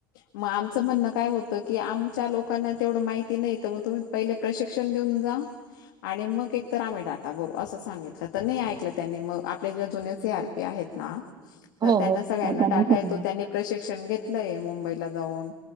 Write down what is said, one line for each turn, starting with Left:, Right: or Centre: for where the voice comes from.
Left: मग आमचं म्हणणं काय होतं की आमच्या लोकांना तेवढं माहिती नाही तर मग तुम्ही पहिले प्रशिक्षण देऊन जा. आणि मग एक तर आम्ही डाटा बरू असं सांगितलं तर नाही ऐकलं त्यांनी मग आपल्या ज्या जुन्याचे आर प ते आहेत ना,
Right: हो
Left: तर त्यांना सगळ्यांना
Right: हो हो
Left: डाटा येतो त्यांनी प्रशिक्षण घेतलंय मुंबईला जाऊन